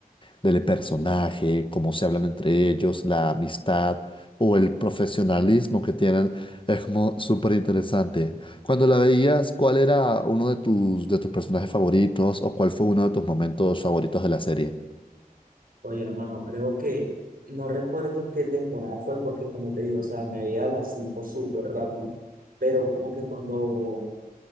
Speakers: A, on the left; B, on the right.
A: del personaje, cómo se hablan entre ellos, la amistad o el profesionalismo que tienen, es como súper interesante. Cuando la veías, ¿cuál era uno de tus, de tus personajes favoritos o cuál fue uno de tus momentos favoritos de la serie?
B: Oye, hermano, creo que no recuerdo qué temporada fue porque, como te digo, o sea, me veía las cinco súper rápido, pero como que cuando,